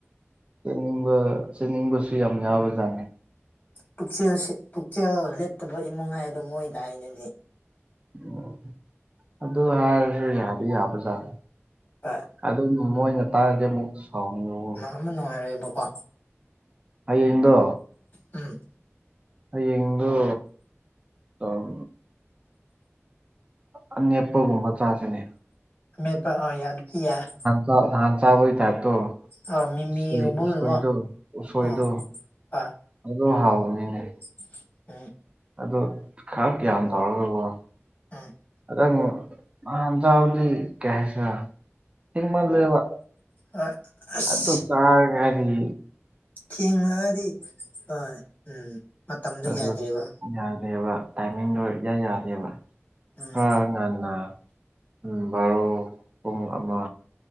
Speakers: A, on the right (about 25°); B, on the left (about 30°).
A: ꯆꯠꯅꯤꯡꯕ ꯆꯠꯅꯤꯡꯕꯁꯨ ꯌꯥꯝ ꯌꯥꯎꯕꯖꯥꯠꯅꯤ
B: ꯄꯨꯛꯆꯦꯜ ꯁꯦ ꯄꯨꯛꯆꯦꯜ ꯂꯦꯞꯇꯕ ꯏꯃꯨꯡ ꯍꯥꯏꯗꯣ ꯃꯣꯏ ꯇꯥꯏꯌꯦꯅꯦ ꯗꯨꯏ
A: ꯑꯣ ꯑꯗꯨ ꯍꯥꯏꯔꯁꯨ ꯌꯥꯗꯤ ꯌꯥꯕꯖꯥꯠꯅꯦ
B: ꯀꯩꯅꯣ
A: ꯑꯗꯨꯝꯕꯨ ꯃꯣꯏꯅ ꯇꯥꯔꯗꯤ ꯑꯃꯨꯛꯇ ꯁꯥꯎꯅꯨꯋꯣ
B: ꯑꯃ ꯅꯨꯡꯉꯥꯏꯔꯑꯦꯕꯀꯣ
A: ꯍꯌꯦꯡꯗꯣ
B: ꯎꯝ
A: ꯍꯌꯦꯡꯗꯣ ꯇꯝ ꯑꯅꯦꯞꯄꯒꯨꯝꯕ ꯆꯥꯁꯤꯅꯦ
B: ꯑꯃꯦꯠꯄ ꯌꯥꯕꯨꯗꯤꯌꯥꯏ
A: ꯆꯥꯛ ꯅꯍꯥꯟ ꯆꯥꯕꯒꯤ ꯇꯥꯏꯞꯇꯣ
B: ꯑꯥ ꯃꯤꯃꯤꯒꯨꯝꯕꯒꯤꯀꯣ
A: ꯎꯁꯣꯏ ꯎꯁꯣꯏꯗꯣ ꯎꯁꯣꯏꯗꯣ
B: ꯑꯥ ꯍꯣꯏ
A: ꯑꯗꯣ ꯍꯥꯎꯕꯅꯤꯅꯦ
B: <unintelligible>
A: ꯑꯗꯣ ꯈꯛ ꯌꯥꯝ ꯇꯧꯔꯒꯒꯣ
B: <unintelligible>
A: ꯈꯗꯪ ꯅꯍꯥꯟ ꯆꯥꯕꯗꯤ ꯀꯩ ꯍꯥꯏꯁꯤꯔ ꯊꯦꯡꯃꯜꯂꯦꯕ
B: ꯍꯣꯏ ꯑꯁ
A: ꯑꯗꯨ ꯆꯥꯔ ꯒꯗꯤ
B: ꯊꯦꯡꯂꯒꯗꯤ ꯍꯣꯏ ꯎꯝ ꯃꯇꯝꯗꯨ
A: ꯑꯗꯨ
B: ꯌꯥꯗꯦꯕ
A: ꯌꯥꯗꯦꯕ ꯇꯥꯏꯃꯤꯡꯗꯣ ꯏꯃꯥ ꯌꯥꯗꯦꯕ
B: ꯎꯝ
A: ꯈꯔ ꯉꯟꯅ ꯎꯝ ꯕꯥꯔꯣ ꯄꯨꯡ ꯑꯃ